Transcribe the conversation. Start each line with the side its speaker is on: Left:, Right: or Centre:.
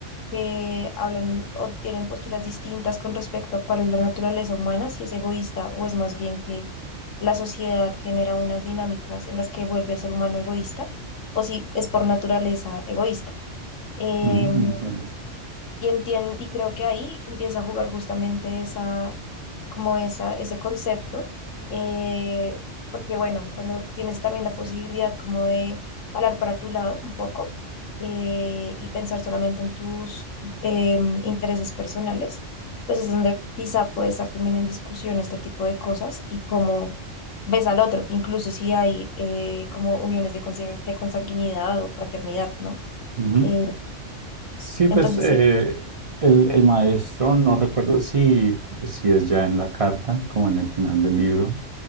Left: que hablan o tienen posturas distintas con respecto a cuál es la naturaleza humana, si es egoísta o es más bien que la sociedad genera unas dinámicas en las que vuelve al ser humano egoísta, o si es por naturaleza egoísta. Em,
Right: Ujú, no entiendo.
Left: y entien- y creo que ahí empieza a jugar justamente esa como esa, ese concepto, eh, porque bueno, cuando tienes también la posibilidad como de jalar para tu lado un poco eh, y pensar solamente en tus em, intereses personales, pues es donde quizá puede estar también en discusión este tipo de cosas y cómo ves al otro, incluso si hay eh, como uniones de, consan- de consanguinidad o fraternidad, ¿no?
Right: Ujú.
Left: Eh,
Right: Sí, pues
Left: entonces
Right: eh,
Left: sí.
Right: el, el maestro, no recuerdo si, si es ya en la carta, como en el final del libro,